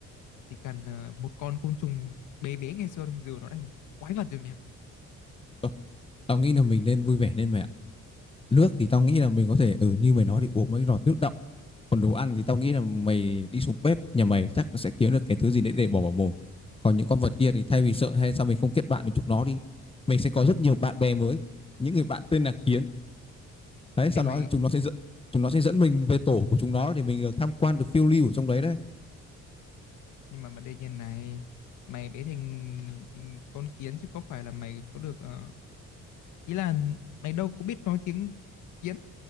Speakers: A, on the left (about 80°); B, on the left (about 20°).
A: chỉ cần ờ, một con côn trùng bé bé ngày xưa thôi giờ nó thành quái vật rồi mẹ
B: Ờ, Tao nghĩ là mình nên vui vẻ lên mày ạ. Nước thì tao nghĩ là mình có thể ở ừ, như mày nói thì uống mấy giọt nước đọng. Còn đồ ăn thì tao nghĩ là mày đi xuống bếp nhà mày chắc nó sẽ kiếm được cái thứ gì đấy để bỏ vào mồm. Còn những con vật kia thì thay vì sợ hay sao mình không kết bạn với chúng nó đi. Mình sẽ có rất nhiều bạn bè mới. Những người bạn tên là kiến đấy sau
A: em
B: đó
A: mày
B: chúng nó sẽ dẫn chúng nó sẽ dẫn mình về tổ của chúng nó để mình được tham quan được phiêu lưu ở trong đấy đấy
A: nhưng mà vấn đề như này mày bé thành con kiến chứ có phải là mày có được ờ, ý là mày đâu có biết nói tiếng kiến